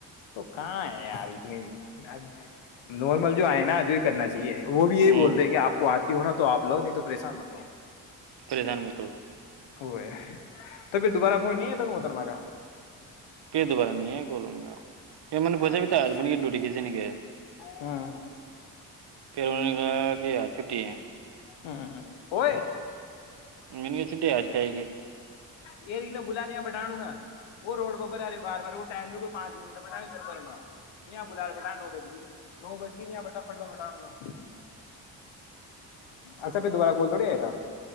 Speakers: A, on the left; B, on the right.
A: تو کاں ہے آاری اتنی آج نارمل جو آئے نا جو کرنا چاہیے جی وہ بھی یہی
B: ہ
A: بول رہے کہ آپ کو آ ہوا تو آ لو نہیں تو پریشان تو
B: پریشان مت ہو
A: ہو ہے تو پھر دوبارہ پ نہیں آ تھا محترما کا
B: پہ دو بال نہیں کوں گا ک م بس
A: اچھا
B: بھی ت
A: اچھا
B: آجب ن دری گ سے نکے
A: ہاں
B: پھر اننے کا کیا چھٹی ہے
A: ہ وہ
B: م نے گیا چھٹی آج کھائے گی
A: یہ ری بلااں بٹھان نا وہ روڈ بر رہے بار بار وہ ٹائم بھی کو پانچ منٹ بٹر بھر یہ بلا بٹا نو بج گی نو بج گی بٹٹ با بٹا نا اچھا پھر دوبارہ کال تھوڑی آئے تھا